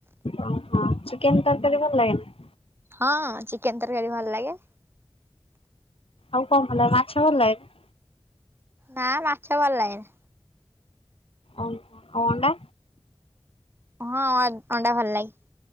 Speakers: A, on the left; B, on the right.
A: ଓହୋ। ଚିକେନ ତରକାରୀ ଭଲ ଲାଗେନି?
B: ହଁ ଚିକେନ ତରକାରୀ ଭଲ ଲାଗେ।
A: ଆଉ କଣ ଭଲ ଲାଗେ ମାଛ ଭଲ ଲାଗେ?
B: ନା ମାଛ ଭଲ ଲାଗେନି।
A: ଓ ଆଉ ଅଣ୍ଡା?
B: ହଁ ଅଣ୍ଡା ଭଲ ଲାଗେ।